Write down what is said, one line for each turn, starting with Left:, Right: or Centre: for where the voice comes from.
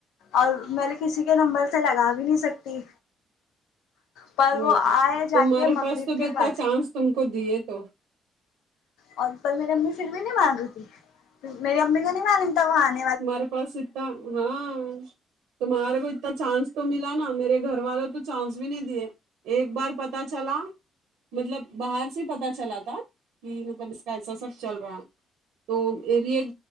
Left: اور میں نے کسی کے نمبر سے لگا بھی نہیں سکتی پر
Right: وہی
Left: وہ
Right: تو
Left: آئے
Right: تمہارے
Left: جا کے مغرب
Right: پاس تو
Left: کے
Right: بھی اتنا
Left: بعد
Right: چانس تم کو دیے تو
Left: اور پھر میری امی پھر بھی نہیں مانگ رہی تھی مری امی کو نہیں ملیم تھا انہ
Right: تمہارے پاس اتنا ہاں تمہارے کو چانس تو ملا نا میرے گھر والوں تو چانس بھی نہیں دیے ایک بار پتا چلا مطلب باہر سے ہی پتا چلا تھا کہ مطلب اس کا ایسا سا چل رہا ہے تو مری ایک